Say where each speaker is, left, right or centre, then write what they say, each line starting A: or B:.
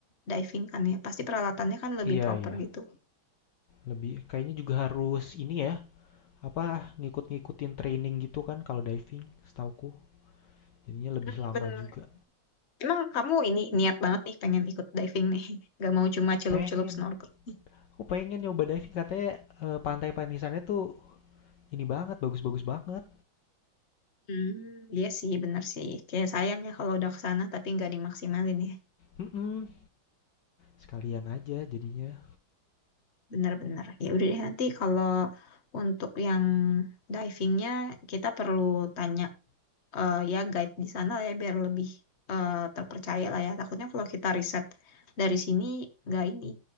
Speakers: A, on the left; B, on the left.
A: diving kan ya pasti peralatannya kan lebih
B: Iya
A: proper
B: iya,
A: gitu.
B: lebih kayaknya juga harus ini ya, apa ngikut-ngikutin training gitu kan kalau diving, setauku. Jadinya lebih
A: Hmm,
B: lama
A: bener.
B: juga.
A: Emang kamu ini niat banget nih pengen ikut diving nih. <laughs> Gak mau cuma celup-celup
B: Pengen,
A: snorkeling.
B: aku pengen nyoba diving katanya eh, pantai Panisannya tuh ini banget, bagus-bagus banget.
A: Hmm, iya sih bener sih. Kayak sayang ya kalau udah ke sana tapi nggak dimaksimalin ya.
B: Mm-mm. Sekalian aja jadinya.
A: Benar-benar. Ya udah deh nanti kalau untuk yang divingnya kita perlu tanya eh, ya guide di sana lah ya biar lebih eh, terpercaya lah ya. Takutnya kalau kita riset dari sini nggak ini